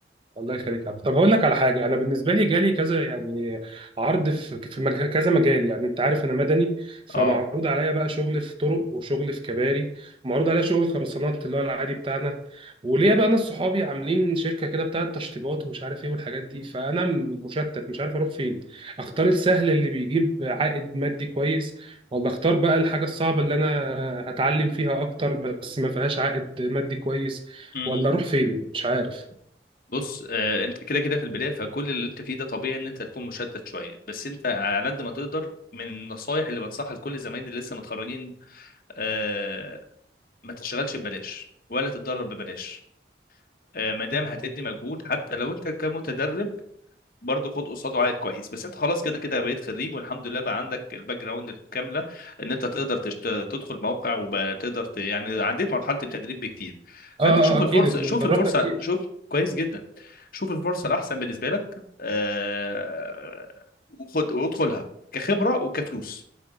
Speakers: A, on the right; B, on the left.
A: الله يخليك يا عبد طب هقول لك على حاجه انا بالنسبه لي جالي كذا يعني عرض في في مج- كذا مجال يعني انت عارف انا مدني فمعروض
B: اه
A: عليا بقى شغل في طرق وشغل في كباري معروض عليا شغل خرسانات اللي هو العادي بتاعنا وليا بقى ناس صحابي عاملين شركه كده بتاعت تشطيبات ومش عارف ايه والحاجات دي فانا م- مشتت مش عارف اروح فين اختار السهل اللي بيجيب عائد مادي كويس ولا اختار بقى الحاجه الصعبه اللي انا هتعلم فيها اكتر بس ما فيهاش عائد مادي كويس
B: امم
A: ولا اروح فين مش عارف
B: بص آه، انت كده كده في البدايه فكل اللي انت فيه ده طبيعي ان انت تكون مشتت شويه بس انت على قد ما تقدر من النصايح اللي بنصحها لكل زمايلي اللي لسه متخرجين آه، ما تشتغلش ببلاش ولا تتدرب ببلاش آه، ما دام هتدي مجهود حتى لو انت كمتدرب برضه خد قصاده عائد كويس بس انت خلاص كده كده بقيت خريج والحمد لله بقى عندك الباك جراوند الكامله ان انت تقدر تشت... تدخل موقع وبقى تقدر ت... يعني عديت مرحله التدريب بكتير فانت
A: اه اه
B: شوف
A: آه، اكيد
B: الفرصه شوف
A: جربنا
B: الفرصه
A: كتير
B: شوف كويس جدا شوف الفرصه الاحسن بالنسبه لك آه، وخد وادخلها كخبره وكفلوس